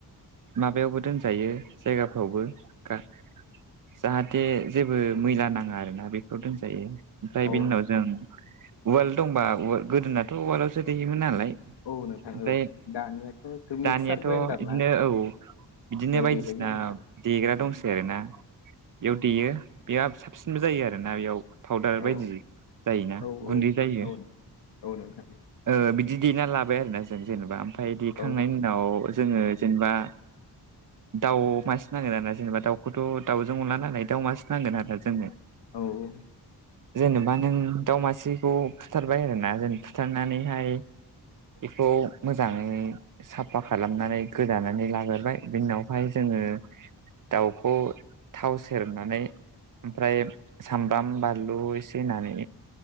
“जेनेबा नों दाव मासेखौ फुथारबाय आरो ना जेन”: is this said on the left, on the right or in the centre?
Right